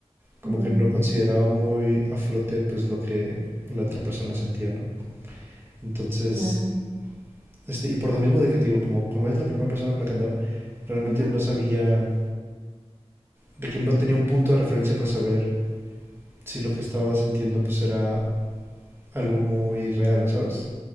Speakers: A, on the right; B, on the right.
A: como
B: Bien,
A: que no consideraba muy a flote pues lo que la otra persona sentía, ¿no? Entonces,
B: claro.
A: este, y por lo mismo de que te digo, como, como es la primera persona con la que andaba, realmente
B: Ujú,
A: no sabía, de que no tenía un punto de referencia para saber si lo que estaba sintiendo pues era algo muy real, ¿no sabes?